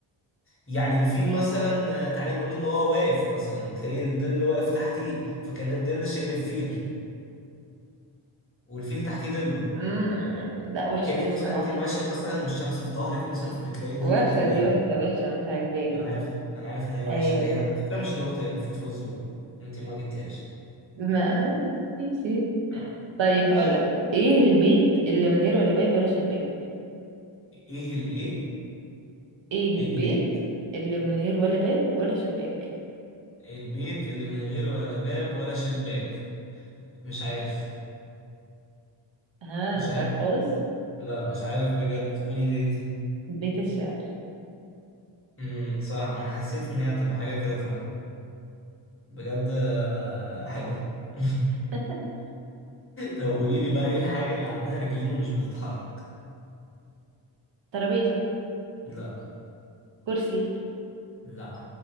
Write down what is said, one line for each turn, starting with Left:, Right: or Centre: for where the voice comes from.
Left: يعني الفيل مثلا آه، تعالي نقول ان هو واقف مثلا وتلاقيه الظل واقف تحتيه فكان الظل شايل الفيل والفيل تحتيه ظله
Right: مم، لا وحشه
Left: كأنك
Right: دي الصراحه
Left: مثلا انت ماشية مثلا والشمس في ظهرك مثلا فبتلاقي ظلك
Right: وحشه
Left: قدامك
Right: دي وحشه وحشه مش عاجباني
Left: ما انا عارف ما انا عارف ان هي وحشة
Right: ايوه
Left: هي على فكرة مش نكتة هي المفروض فزورة انت ما جبتيهاش
Right: ما نسيت
Left: آه،
Right: طيب
Left: ماشي
Right: هقولك ايه البيت اللي من غير ولا باب ولا شباك
Left: ايه الايه
Right: ايه
Left: البيت
Right: البيت اللي من غير ولا باب ولا شباك
Left: البيت اللي من غير ولا باب ولا شباك مش عارف
Right: ها
Left: مش
Right: مش
Left: عارف
Right: عارف خالص
Left: لا مش عارف بجد قولي لي انت
Right: بيت الشعر
Left: امم صح انا حسيت ان هي هتبقى حاجه كده فعلا بجد آه، حلو <laughs>
Right: <laughs>
Left: طب قولي لي بقى ايه الحاجه اللي عندها رجلين ومش بتتحرك
Right: ترابيزة
Left: لا
Right: كرسي
Left: لا